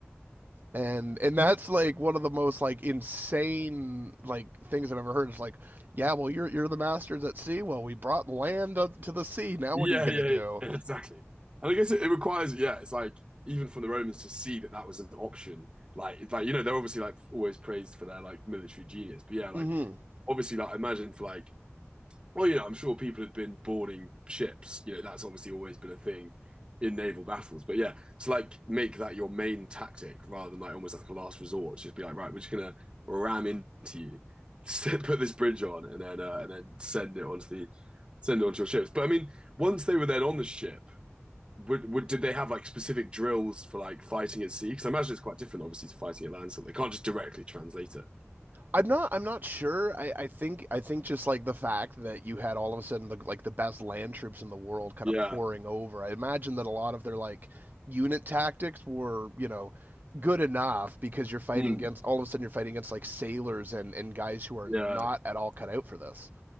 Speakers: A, on the right; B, on the right.
A: and and that's like one of the most like insane like things i've ever heard it's like yeah well you're you're the masters at sea well we brought land up to the sea now
B: Yeah,
A: what are you going
B: yeah,
A: to do
B: yeah, <laughs> exactly. And I guess it, it requires, yeah, it's like even from the Romans to see that that was an option. Like, it's like you know, they're obviously like always praised for their like military genius, but yeah, like
A: hmm
B: obviously, like I imagine for like well, you know, I'm sure people had been boarding ships. You know, that's obviously always been a thing in naval battles. But yeah, to like make that your main tactic rather than like almost like a last resort. Just be like, right, we're just gonna ram into you, <laughs> put this bridge on, and then uh, and then send it onto the send it onto your ships. But I mean, once they were then on the ship, would, would did they have like specific drills for like fighting at sea? Because I imagine it's quite different, obviously, to fighting at land. So they can't just directly translate it.
A: I'm not. I'm not sure. I, I think. I think just like the fact that you had all of a sudden the, like the best land troops in the world kind
B: Yeah.
A: of pouring over. I imagine that a lot of their like unit tactics were you know good enough because you're fighting
B: Hmm.
A: against all of a sudden you're fighting against like sailors and and guys who are
B: Yeah.
A: not at all cut out for this.